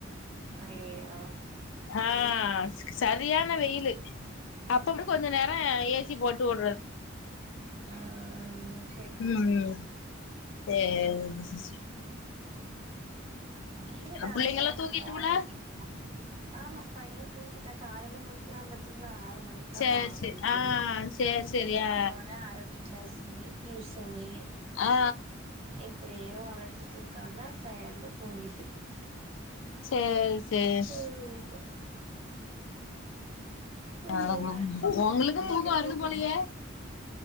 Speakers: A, on the right; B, on the left.
A: அய்யய்யோ
B: ஆ சரியான வெய்யிலு அப்ப மட் கொஞ்ச நேரோ ஏ சி போட்டு உட்றது
A: ம் ம் ம்
B: ம் ம் சேரி <unintelligible>
A: வெய்யிலுதா
B: புள்ளைங்கல்லா
A: இந்த வாட்டி
B: தூங்கிட்டுங்களா
A: ஓவரு ஆமா பைய தூங்கிட்டா காலையில முழிக்கிறா பாத்தீங்களா ஆறு மணிக் குல்லா
B: சேரி
A: பாவு
B: சேரி
A: முழிக்குது
B: ஆ சேரி சேரி
A: வந்தோனே
B: ஆ
A: அரபி க்ளாஸ்ங்கே டியூசன்னே
B: ஆ
A: இப்டியே வளஞ்சிட்டு இருக்கான்னா டயடுல தூங்கிட்டு
B: சேர் சேர்
A: <inaudible> <inaudible>
B: ஆ உங்களுக்கு
A: நமக்கே
B: வருது
A: தூக்கோ
B: போலயே